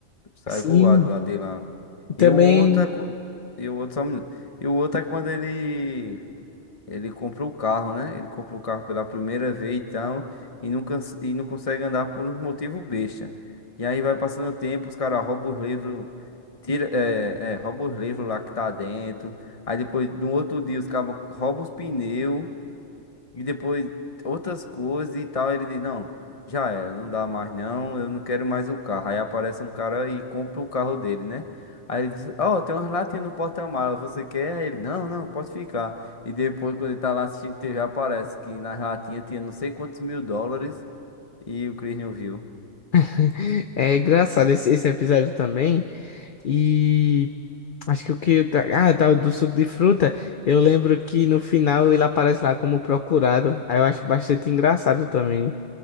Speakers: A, on the left (about 30°); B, on the left (about 50°).
A: Sai
B: Sim,
A: voado lá de lá.
B: também
A: E o outro é. co- E o outro, só um minuto. E o outro é quando ele. Ele compra o carro, né? Ele compra o carro pela primeira vez e tal. E não, cons- e não consegue andar por um motivo besta. E aí vai passando o tempo, os caras roubam os livros. Tira, é, é, rouba os livros lá que tá dentro. Aí depois, no outro dia, os caras roubam os pneus. E depois outras coisas e tal. Ele diz: Não, já era, não dá mais não, eu não quero mais o carro. Aí aparece um cara e compra o carro dele, né? Aí ele diz: Ó, tem umas latinhas no porta-mala, você quer? Aí ele: Não, não, pode ficar. E depois, quando ele tá lá assistindo TV, aparece que nas latinhas tinha não sei quantos mil dólares e o Chris não viu.
B: <laughs> é engraçado esse, esse episódio também. E. Acho que o que. tá, Ah, tá, o do suco de fruta. Eu lembro que no final ele aparece lá como procurado. Aí eu acho bastante engraçado também,